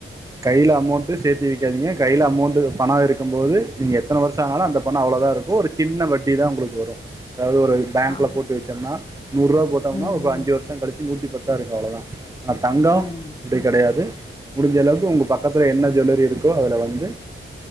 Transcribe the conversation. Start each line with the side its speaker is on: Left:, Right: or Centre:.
Right: கையில அமௌண்ட்டு சேத்தி வைக்காதீங்க கையில அமௌண்ட் பணோ இருக்கும் போது நீங்க எத்தன வரு ஷோ ஆனாலு அந்த பணோ அவ்ளோதா இருக்கும் ஒரு சின்ன வட்டிதா உங்களுக்கு வரு அதாவது ஒரு பேங்க்ல
Left: ஆமா
Right: போட்டு வச்சோம்னா நூறு ரூபா போட்டோம்னா
Left: ம்
Right: ஒரு
Left: ம்
Right: அஞ்சு வருஷோ கழிச்சி நூத்தி பத் தா இருக்கும் அவ்ளோதா ஆனா தங்கோ
Left: ம்
Right: அப்டி கெடையாது முடிஞ்ச அளவுக்கு உங்க பக்கத்துல என்ன ஜுவல்லரி இருக்கோ அதுல வந்து